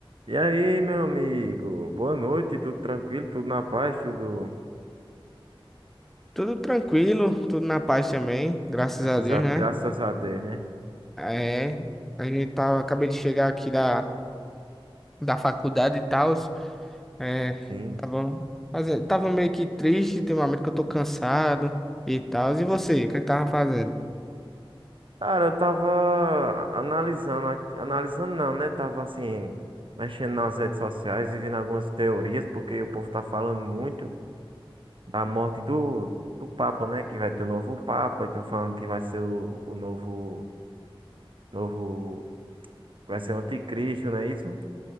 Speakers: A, on the right; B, in the centre.
A: E aí, meu amigo? Boa noite, tudo tranquilo, tudo na paz, tudo.
B: Tudo tranquilo, tudo na paz também, graças
A: Graças
B: a Deus,
A: a, graças
B: né?
A: a Deus, né?
B: É, a gente tava, acabei de chegar aqui da, da faculdade e tal, é,
A: Sim.
B: tava, fazendo, tava meio que triste ultimamente que eu tô cansado e tal. E você, o que é que tava fazendo?
A: Cara, eu tava analisando, aqui- analisando não, né? Tava assim, mexendo nas redes sociais e vendo algumas teorias, porque o povo tá falando muito da morte do, do Papa, né? Que vai ter o novo Papa, e estão falando que vai ser o, o novo, novo. Vai ser o anticristo, não é isso?